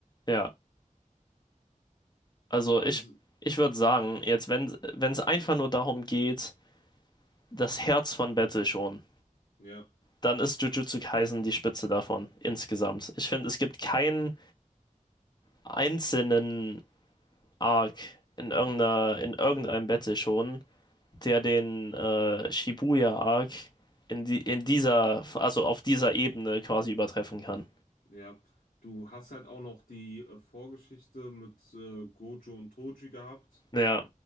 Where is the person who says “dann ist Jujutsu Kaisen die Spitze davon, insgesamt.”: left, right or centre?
Left